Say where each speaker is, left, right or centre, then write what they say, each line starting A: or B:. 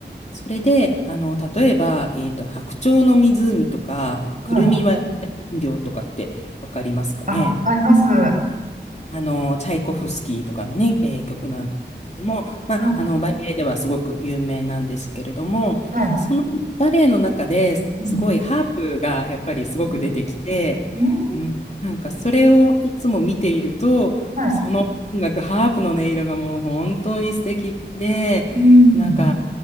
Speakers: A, on the left (about 40°); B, on the right (about 45°).
A: それで、あの、例えば、えっと、白鳥の湖とか、くるみ割り人形とかってわかりますかね
B: はいあわかりますはい
A: あの、チャイコフスキーとかのね、えー曲なんですけども、まあ、
B: は
A: あの、バレエではすごく有名なんですけれども、
B: いはい
A: そのバレエの中ですごいハープがやっぱりすごく出てきて、
B: うんうん
A: うん、なんかそれをいつも見ていると、
B: はい
A: もうその音楽、ハープの音色がもう本当に素敵で、
B: うん
A: なんか、